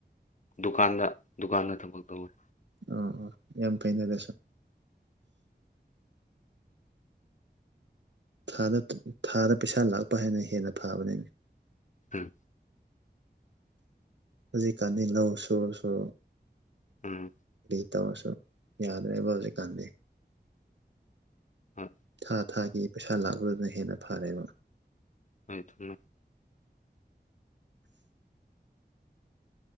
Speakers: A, on the left; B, on the right.
A: ꯗꯨꯀꯥꯟꯗ ꯗꯨꯀꯥꯟꯗ ꯊꯕꯛ ꯇꯧꯋꯤ
B: ꯑ ꯌꯥꯝ ꯐꯅꯔꯁꯣ ꯥꯗ ꯊꯥꯗ ꯄꯩꯁꯥ ꯂꯥꯛꯄ ꯍꯥꯏꯅ ꯍꯦꯟꯅ ꯐꯥꯕꯅꯤꯅ
A: ꯑꯝ
B: ꯍꯧꯖꯤꯛꯀꯥꯟꯅꯤ ꯂꯧ ꯁꯨꯔꯁꯨ
A: ꯎꯝ
B: ꯇꯧꯃꯁꯨ ꯌꯥꯗ꯭ꯔꯦꯕ ꯍꯧꯖꯤꯛꯀꯥꯟꯗꯤ
A: ꯍꯣꯏ
B: ꯊꯥ ꯊꯥꯒꯤ ꯄꯩꯁꯥ ꯂꯥꯛꯄꯗꯨꯅ ꯍꯦꯟꯅ ꯐꯥꯔꯦꯕ
A: ꯍꯥꯏ ꯊꯃꯦ